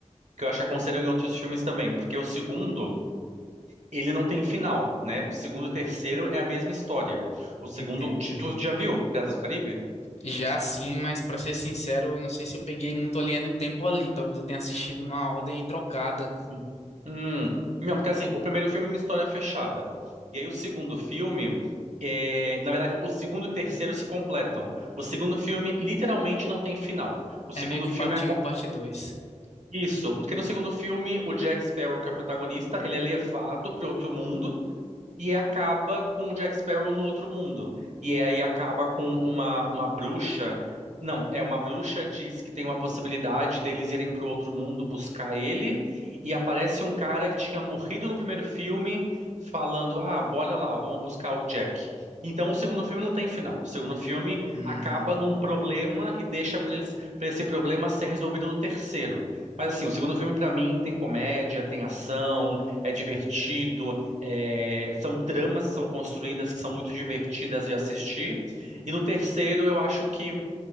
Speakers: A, on the right; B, on the left.
A: que eu acho que aconteceu em outros filmes também. Porque o segundo, ele não tem final, né? O segundo e o terceiro é a mesma história. O segundo.
B: Entenda.
A: Tu tu já viu Piratas do Caribe?
B: Já sim, mas para ser sincero, eu não sei se eu peguei muito a linha do tempo ali. Talvez eu tenha assistido numa ordem trocada.
A: Hum. Hum. Não, porque assim, o primeiro filme é uma história fechada. E aí o segundo filme. é, na verdade, o segundo e o terceiro se completam. O segundo filme literalmente não tem final. O
B: É
A: segundo
B: meio que
A: filme
B: parte um e parte dois
A: Isso, porque no segundo filme, o Jack Sparrow, que é o protagonista, ele é levado para outro mundo. E acaba com o Jack Sparrow no outro mundo. E aí acaba com uma, uma bruxa. Não, é uma bruxa diz que tem uma possibilidade deles irem para o outro mundo buscar ele. E aparece um cara que tinha morrido no primeiro filme, falando: Ah, bora lá, vamos buscar o Jack. Então o segundo filme não tem final. O segundo filme
B: Hum.
A: acaba num problema e deixa para eles, para esse problema ser resolvido no terceiro. Mas assim, o segundo filme para mim tem comédia, tem ação, é divertido. É, são tramas que são construídas que são muito divertidas de assistir. E no terceiro, eu acho que